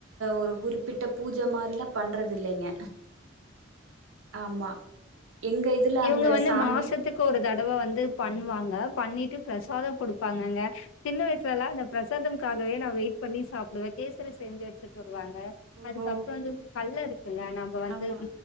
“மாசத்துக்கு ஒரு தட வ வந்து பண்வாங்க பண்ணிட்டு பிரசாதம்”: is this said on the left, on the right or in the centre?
Left